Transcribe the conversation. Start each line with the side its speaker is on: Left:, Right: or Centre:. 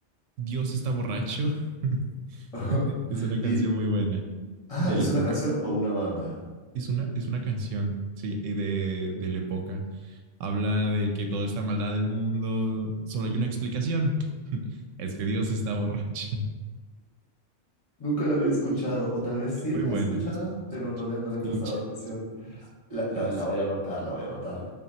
Right: Dios está borracho. <laughs>
Left: <laughs>
Right: Es una
Left: Y,
Right: canción muy buena
Left: ah,
Right: de
Left: ¿es
Right: la época.
Left: una canción o una banda?
Right: Es una, es una canción, sí, y de, de la época. Habla de que toda esta maldad del mundo, solo hay una explicación. <laughs> Es que Dios está borracho.
Left: Nunca la había escuchado, o tal vez sí
Right: Es muy
Left: la
Right: buena.
Left: he escuchado,
Right: Es, escucha,
Left: pero no le, no
Right: escúchala.
Left: le he prestado atención.
Right: buenísima,
Left: La, la,
Right: buenísima.
Left: la voy a anotar, la voy a anotar.